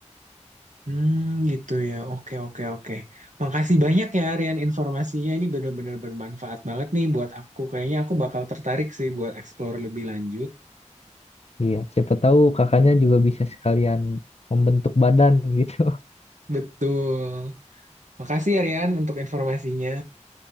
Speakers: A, on the right; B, on the left.
A: Hmm, gitu ya. Oke, oke, oke. Makasih banyak ya, Rian, informasinya. Ini bener-bener bermanfaat banget nih buat aku. Kayaknya aku bakal tertarik sih buat explore lebih lanjut.
B: Iya, siapa tahu kakaknya juga bisa sekalian membentuk badan gitu.
A: Betul. Makasih ya, Rian, untuk informasinya.